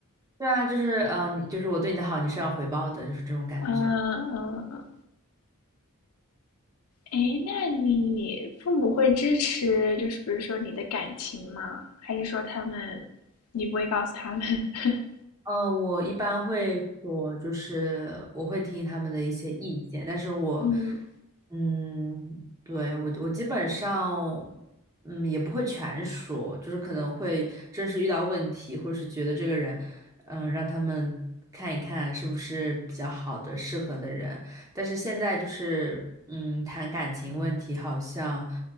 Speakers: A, on the right; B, on the left.
A: 对啊，就是嗯、呃你就是我对你的好，你是要回报的，就是这种感觉。
B: <laughs> 嗯嗯，嗯诶，那你父母会支持，就是比如说你的感情吗？还是说他们，你不会告诉他们？<laughs>
A: 嗯，我一般会说，就是我会听他们的一些意见，但是我，
B: 嗯
A: 嗯，对，我我基本上，嗯，也不会全说，就是可能会真是遇到问题，或者是觉得这个人，嗯，让他们看一看是不是比较好的、适合的人。但是现在就是，嗯，谈感情问题，好像